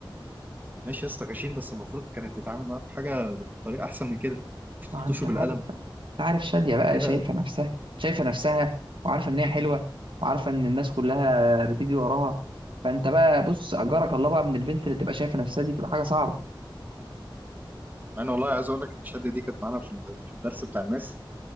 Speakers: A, on the right; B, on the right.
A: ماشي يا اسطى غشيم بس المفروض كانت تتعامل معاه بحاجه يعني بطريقه احسن من كده مش تلطشه
B: ما انت عارف
A: بالقلم
B: بقى انت عارف شادية بقى
A: كده
B: شايفة نفسها شايفة نفسها وعارفة ان هي حلوة وعارفة ان الناس كلها بتيجي وراها فانت بقى بص اجرك الله بقى من البنت اللي تبقى شايفة نفسها دي تبقى حاجة صعبة
A: انا والله عايز اقول لك ان الشده دي كانت معانا في ال- في الدرس بتاع الماس